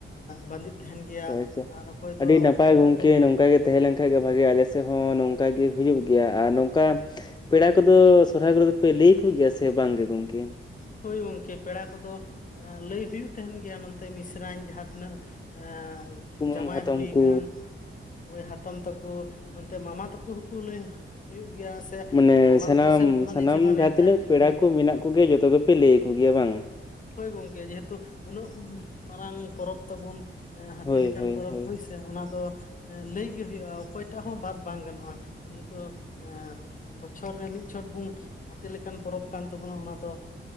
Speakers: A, on the left; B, on the left.
A: ᱵᱟᱸᱫᱮᱜ ᱛᱟᱦᱮᱱ ᱜᱮᱭᱟ
B: ᱟᱪᱪᱷᱟ
A: ᱟᱨ ᱚᱠᱚᱭ ᱫᱚ
B: ᱟᱹᱰᱤ ᱱᱟᱯᱟᱭ
A: ᱱᱮᱛᱟᱨ
B: ᱜᱚᱝᱠᱮ
A: ᱫᱚ
B: ᱱᱚᱝᱠ ᱜᱮ ᱛᱟᱦᱮ ᱞᱮᱱᱠᱟᱱ ᱜᱮ ᱵᱷᱟᱜᱮ ᱟᱞᱮ ᱥᱮᱫ ᱦᱚ ᱱᱚᱝᱠᱟ ᱜᱮ ᱦᱩᱭᱩᱜ ᱜᱮᱭᱟ ᱟᱨ ᱱᱚᱝᱠᱟ ᱯᱮᱲᱟ ᱠᱚᱫᱚ ᱥᱚᱨᱦᱟᱭ ᱠᱚᱨᱮ ᱫᱚᱯᱮ ᱞᱟᱹᱭᱟ ᱟᱠᱩᱜᱮᱭᱟ ᱥᱮ ᱵᱟᱝ ᱜᱮ ᱜᱚᱢᱠᱮ?
A: ᱦᱳᱭ ᱜᱚᱢᱠᱮ ᱯᱮᱲᱟ ᱠᱚᱫᱚ ᱞᱟᱹᱭ ᱦᱩᱭᱩᱜ ᱛᱟᱸᱦᱮᱱ ᱜᱮᱭᱟ ᱱᱚᱱᱛᱮ ᱢᱤᱥᱨᱟᱧ ᱡᱟᱦᱟᱸ ᱛᱤᱱᱟᱹᱜ ᱮ
B: ᱠᱩᱢᱟᱹᱝ
A: ᱡᱟᱶᱟᱭ
B: ᱦᱟᱛᱚᱢ
A: ᱦᱩᱭ
B: ᱠᱚ
A: ᱟᱠᱟᱱ ᱳᱭ ᱦᱟᱛᱚᱢ ᱛᱟᱠᱚ ᱱᱚᱛᱮ ᱢᱟᱢᱟ ᱛᱟᱠᱚ ᱦᱚᱸᱠᱚ ᱞᱟᱹᱭ ᱦᱩᱭᱩᱜ ᱜᱮᱭᱟ᱾ ᱥᱮ
B: ᱢᱟᱱᱮ
A: ᱢᱟᱢᱟ
B: ᱥᱟᱱᱟᱢ
A: ᱛᱟᱠᱚ ᱥᱮᱱ ᱠᱚᱦᱚᱸ
B: ᱥᱟᱱᱟᱢ
A: ᱱᱤᱡᱮ ᱦᱚᱸ
B: ᱡᱟᱦᱟᱸ
A: ᱱᱮᱣᱛᱟ
B: ᱛᱤᱱᱟᱹᱜ
A: ᱦᱤᱡᱩᱜ
B: ᱯᱮᱲᱟ
A: ᱜᱮᱭᱟ
B: ᱠᱚ ᱢᱮᱱᱟᱜ ᱠᱚᱜᱮᱭᱟ ᱡᱚᱛᱚ ᱜᱮᱯᱮ ᱞᱟᱹᱭ ᱟᱠᱚ ᱜᱮᱭᱟ ᱵᱟᱝ?
A: ᱦᱳᱭ ᱜᱚᱝᱠᱮ ᱡᱮᱦᱮᱛᱩ ᱩᱱᱟᱹᱜ ᱢᱟᱨᱟᱝ ᱯᱚᱨᱚᱵᱽ ᱛᱟᱵᱩᱱ ᱦᱟᱹᱛᱤ
B: ᱦᱳᱭ
A: ᱞᱮᱠᱟᱱ
B: ᱦᱳᱭ
A: ᱯᱚᱨᱚᱵ
B: ᱦᱳᱭ
A: ᱦᱩᱭ᱾ ᱥᱮ ᱚᱱᱟ ᱫᱚ ᱞᱟᱹᱭ ᱜᱮ ᱦᱩᱭᱩᱜᱼᱟ ᱚᱠᱚᱭᱴᱟᱜ ᱦᱚᱸ ᱵᱟᱫ ᱵᱟᱝ ᱜᱟᱱᱚᱜᱼᱟ ᱡᱮᱦᱮᱛᱩ ᱮ ᱵᱚᱪᱷᱚᱨ ᱨᱮ ᱢᱤᱫ ᱪᱷᱚᱴ ᱵᱚᱱ ᱦᱟᱹᱛᱤ ᱞᱮᱠᱟᱱ ᱯᱚᱨᱚᱵᱽ ᱠᱟᱱ ᱛᱟᱵᱚᱱᱟ ᱚᱱᱟ ᱫᱚ᱾